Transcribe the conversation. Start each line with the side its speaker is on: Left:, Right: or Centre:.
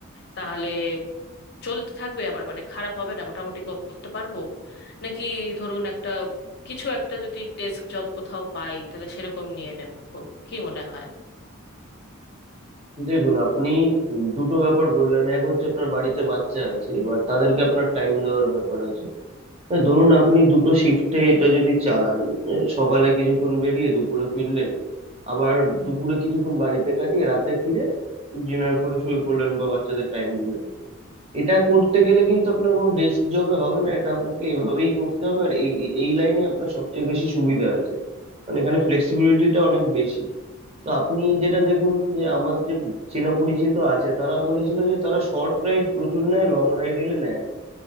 Left: তাহলে চলতে থাকবে আমার মানে খারাপ হবে না মোটামুটি করতে পারবো নাকি ধরুন একটা কিছু একটা যদি ডেস্ক জব কোথাও পাই তাহলে সেরকম নিয়ে নেব কি মনে হয়
Right: দেখুন আপনি উম, দুটো ব্যাপার বললেন এক হচ্ছে আপনার বাড়িতে বাচ্চা আছে এবার তাদেরকে আপনার টাইম দেওয়ার ব্যাপার আছে এ, ধরুন আপনি দুটো শিফটে এটা যদি চালান এ, সকালে কিছুক্ষণ বেরিয়ে দুপুরে ফিরলেন আবার দুপুরে কিছুক্ষণ বাড়িতে কাটিয়ে রাতে ফিরে ডিনার করে শুয়ে পড়লেন বা বাচ্চাদের টাইম দিলেন এটা করতে গেলে কিন্তু আপনার কোনো ডেস্ক জবে হবে না এটা আপনাকে এভাবেই করতে হবে আর এই এই লাইনে আপনার সবচেয়ে বেশি সুবিধা আছে মানে এখানে ফ্লেক্সিবিলিটিটা অনেক বেশি তো আপনি যেটা দেখুন যে আমার যে চেনা পরিচিত আছে তারা বলেছিল যে তারা শর্ট রাইড প্রচুর নেয় লং রাইড এলে নেয় না